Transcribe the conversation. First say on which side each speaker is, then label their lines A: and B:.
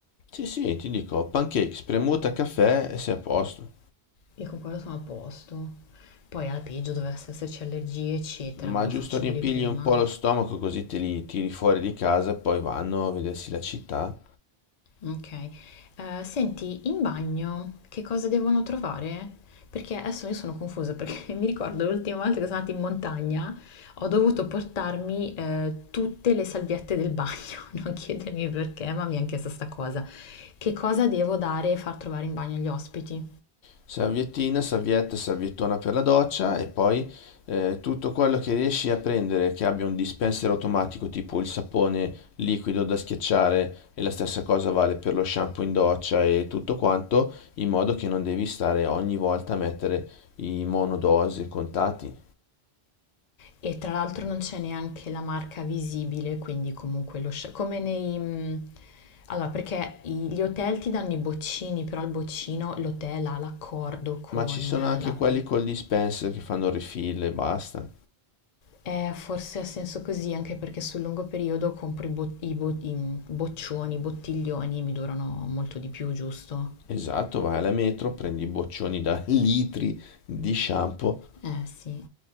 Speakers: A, on the left (about 85°); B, on the left (about 45°).
A: Sì, sì, ti dico, pancake, spremuta, caffè e sei a posto.
B: E con quello sono a posto. Poi alla peggio dovesse esserci allergie, eccetera,
A: Ma
B: me lo
A: giusto
B: faccio
A: riempirgli
B: dire prima.
A: un po' lo stomaco così te li tiri fuori di casa e poi vanno a vedersi la città.
B: Ok. Eh, senti, in bagno che cosa devono trovare? Perché adesso io sono confusa <laughs> perché mi ricordo l'ultima volta che sono andata in montagna ho dovuto portarmi eh, tutte le salviette del bagno, <laughs> non chiedermi perché, ma mi è anche stessa cosa. Che cosa devo dare e far trovare in bagno agli ospiti?
A: Salviettina, salvietta, salviettona per la doccia e poi eh, tutto quello che riesci a prendere che abbia un dispenser automatico tipo il sapone liquido da schiacciare e la stessa cosa vale per lo shampoo in doccia e tutto quanto, in modo che non devi stare ogni volta a mettere i monodose contati.
B: E tra l'altro non c'è neanche la marca visibile, quindi comunque lo sci- come nei mh, allora, perché i- gli hotel ti danno i boccini, però il boccino l'hotel ha l'accordo con
A: Ma ci sono anche
B: la
A: quelli col dispenser che fanno refill e basta.
B: eh, forse ha senso così, anche perché sul lungo periodo compro i, bo- i bo- i boccioni, i bottiglioni, mi durano molto di più, giusto?
A: Esatto, vai alla metro, prendi i boccioni da <laughs> litri di shampoo,
B: Eh sì.